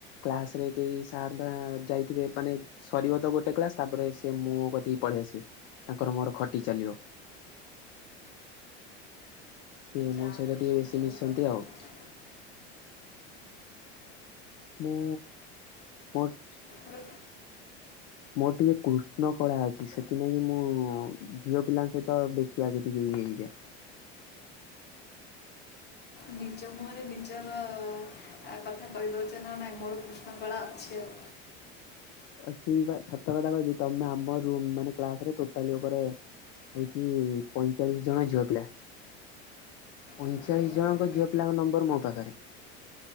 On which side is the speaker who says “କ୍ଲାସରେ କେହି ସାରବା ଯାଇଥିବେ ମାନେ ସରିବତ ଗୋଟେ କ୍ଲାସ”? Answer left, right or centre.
Left